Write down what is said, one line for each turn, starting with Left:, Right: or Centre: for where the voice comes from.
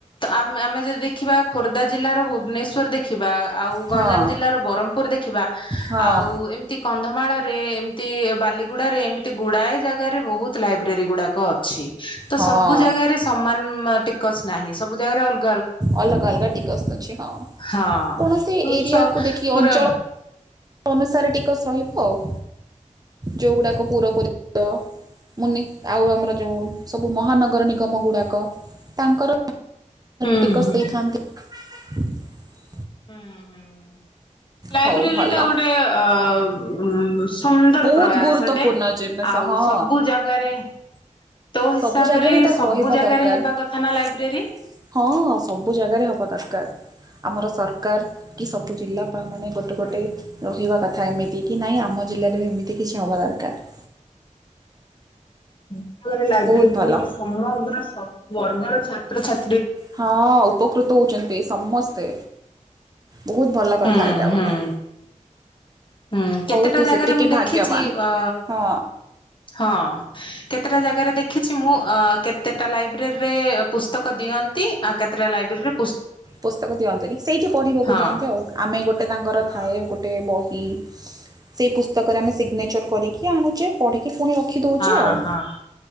Left: ଆମ ଆମେ ଯଦି ଦେଖିବା ଖୋର୍ଦ୍ଧା ଜିଲ୍ଲାର ଭୁବନେଶ୍ଵର ଦେଖିବା ଆଉ
Right: ହଁ
Left: ଗଞ୍ଜାମ ଜିଲ୍ଲାର ବରମପୁର ଦେଖିବା
Right: ହଁ
Left: ଆଉ ଏମତି କନ୍ଧମାଳ ରେ ଏମତି ବାଲିଗୁଡାରେ ଏମିତି ଗୁଡ଼ାଏ ଜାଗାରେ ବୋହୁତ ଲାଇବ୍ରେରୀଗୁଡାକ ଅଛି। ତ
Right: ହଁ
Left: ସବୁ ଜାଗାରେ ସମାନ ଇକସ୍ ନାହିଁ ସବୁ ଜାଗାରେ ଅଲ
Right: ଅଲଗା ଅଲଗା ଟିକସ ଅଛି ହଁ
Left: ହଁ
Right: କୌଣସି ଏରିଆକୁ
Left: ସ
Right: ଦେଖି
Left: ପୁରା
Right: ଅଞ୍ଚଳ ଅନୁସାରେ ଟିକସ ରହିବ ଆଉ‌‌। ଯୋଉଗୁଡ଼ାକ ପୁରା ପରିଚିତ ମୁନି ଆଉ ଆମର ଯୋଉ ସବୁ ମହାନଗର ନିଗମ ଗୁଡ଼ାକ ତାଙ୍କର
Left: ହୁଁ
Right: ଟିକସ୍
Left: ହୁଁ।
Right: ଦେଇଥାନ୍ତି। <inaudible>
Left: ହୁଁ ହୁଁ। ଲାଇବ୍ରେରୀଟା
Right: ହଉ ଭଲ
Left: ଗୋଟେ ଅ ଉଁ ସୁନ୍ଦର
Right: ବହୁତ
Left: ପ୍ରୟାସଟେ
Right: ଗୁରୁତ୍ୱପୂର୍ଣ୍ଣ ଜିନିଷ
Left: ଆଉ
Right: ହଁ
Left: ସବୁ ଜାଗାରେ ତୋ ହିସାବରେ
Right: ସବୁ ଜାଗାରେ ଇଟା
Left: ସବୁ
Right: ହ ରହିବା
Left: ଜାଗାରେ
Right: ଦରକାର
Left: ହେବା କଥା ନା ଲାଇବ୍ରେରୀ
Right: ହଁ ସବୁ ଜାଗାରେ ହବା ଦରକାର ଆମର ସର କାର କି ସବୁ ଜିଲ୍ଲାପାଳମାନେ ଗୋଟେ
Left: ହୁଁ।
Right: ଗୋଟେ ରହିବା କଥା ଏମିତି କି ନାଇଁ ଆମ ଜିଲ୍ଲାରେ ବି ଏମିତି କିଛି ହବା ଦରକାର।
Left: ହୁଁ। ଆମର ଲାଇବ୍ରେରୀ
Right: ବହୁତ
Left: ରହିକି
Right: ଭଲ
Left: ସମଗ୍ର ସବୁ ଅ ଅଆଗର ଛାତ୍ରଛା
Right: ହଁ ଉପକୃତ ହୋଉଚନ୍ତି ସମସ୍ତେ। ବୋହୁତ ଭଲ କଥା
Left: ହୁଁ
Right: ଏଇଟା ଗୋଟେ।
Left: ହୁଁ। ହୁଁ କେତେଟା
Right: ହଉ ତୁ
Left: ଜାଗାରେ
Right: ସେତିକି
Left: ମୁଁ ଦେଖିଚି
Right: ଭାଗ୍ୟବାନ
Left: ଅ
Right: ହଁ
Left: ହଁ କେତେଟା ଜାଗାରେ ଦେଖିଚି ମୁଁ ଅ କେତେଟା ଲାଇବ୍ରେରୀରେ ପୁସ୍ତକ ଦିଅନ୍ତି ଆଉ କେତେଟା ଲାଇବ୍ରେରୀରେ
Right: ପୁସ୍ତକ ଦିଅନ୍ତିନି ସେଇଠି ପଢ଼ିବାକୁ
Left: ହଁ
Right: ଦିଅନ୍ତି ଆଉ ଆମେ ଗୋଟେ ତାଙ୍କର
Left: ହଁ
Right: ଥାଏ ଆଉ ଗୋଟେ ବ ଇ ସେଇ ପୁସ୍ତକରେ ଆମେ ସିଗ୍ନେଚର କରିକି ଆଣୁଚେ ପଢିକି ଫୁଣି ର ଖି ଦୋଉଚେ
Left: ହଁ
Right: ଆଉ
Left: ହଁ